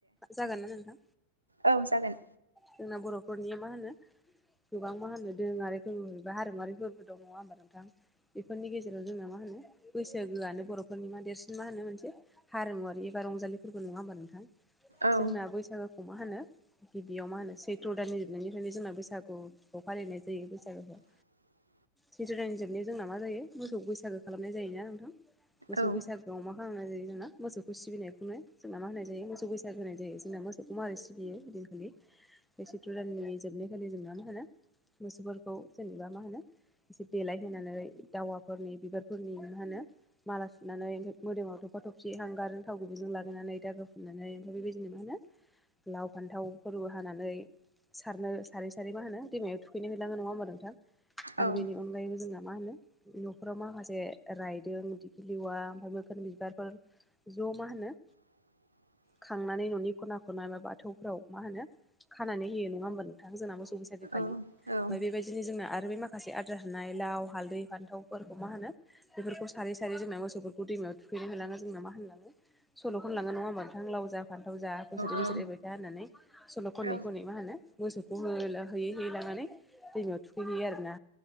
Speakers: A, in the centre; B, on the right.
A: जागोनना नोंथां
B: औ जागोन
A: जोंना बर'फोरनिया मा होनो गोबां मा होनो दोरोङारि फोरबोबा हारिमुवारि फोरबो दं नङा होमबा नोंथां बेफोरनिजेराव जोंना मा होनो होनो बैसागोआनो बर'फोरनि मा देरसिन मा होनो मोनसे हारिमुवरारि एबा रंजालिबो नङा होमबा नोंथां जोंना
B: औ
A: बैसागु खौ मा होनो गिबियाव मा होनो सैथ्र' दाननि जोबनायनिफ्रायनो जोंना बैसागुखौ फालिनाय जायो बैसागुखौ
B: <inaudible>
A: सैथ्र दानि जोबनायाव जोंना मा जायो मोसौ बैसागो खालामनाय जायोना नोंथां मोसौ
B: औ
A: बैसागोआव मा खालामनाय जायो जोंना मोसौखौ सिबिनायखौनो जोंना मा होनाय जायो मोसौ। <unintelligible> बैसागु होनाय जायो जोंना मोसौखौ माबोरै सिलियो बिदिनखालि बे सैत्र दाननि जोबनायखालि जोंना मा होनो मोसौफोरखौ जेनेबा मा होनो एसे देलायहोनानै दावाफोरनि बिबारफोरनि मा होनो माला सुनानै मोदोमावथ'। थफसि हांगारजों थाव गुबैजों लागायनानै दागो फुननानै ओमफ्राय बेबायदिनो मा होनो लाव फान्थावफोरबो हानानै सारनो सारै सारै मा होनो दैमायाव थुखैनो हैलाङो नङा होमबा नोंथां आरो
B: औ
A: बेनि अनगायैबो जोंना मा होनो न'खराव माखासे रायदों डिगि लेवा मोखोना बिबारफोर द' मा होनो
B: <inaudible>
A: खांनानै न'नि खना खना <unintelligible> बाथौफ्राव मा होनो खानानै होयो नङा होमबा नोंथां जोंना <unintelligible> बैसागु खालि
B: औ
A: ओमफाय बेबायदिनो जोंना आरो आरो बे माखासे आद्रा थानाय लाव हालदै फान्थावफोरखौ मा होनो बेफोरखौ सारै सारै जोंना मोसौफोरखौ दै थुखैनो होलाङो जोंना मा होनलाङो सल'खनलाङो नङा होमबा। थां लाव जा फानथाव जा बोसोरै
B: औ
A: बोसोरै एरबाय था होननानै सल' खनै
B: औ
A: खनै मा होनो मोसौखौ हो होयै होयै लांनानै दैमायाव थुखैहैयो आरोना